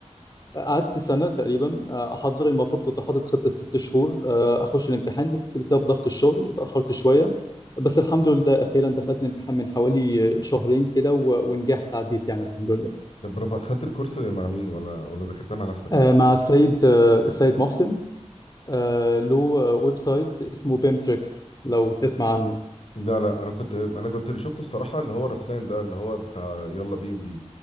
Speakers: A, on the left; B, on the left.
A: قعدت سنة تقريبا آه، أحضر المفروض كنت حاطط خطة ست شهور آه، أخش الامتحان بس بسبب ضغط الشغل اتأخرت شوية بس الحمد لله أخيرا دخلت الامتحان من حوالي شهرين كده و- ونجحت عديت يعني الحمد لله
B: طب برافو خدت الكورس مع مين ولا ولا ذاكرتها مع نفسك
A: آه، مع السيد آه، السيد محسن آه، له ويب سايت اسمه بيمتريكس لو تسمع عنه
B: لا لا انا كنت انا كنت اللي شفته الصراحه اللي هو رسلان ده اللي هو بتاع يلا بي ام بي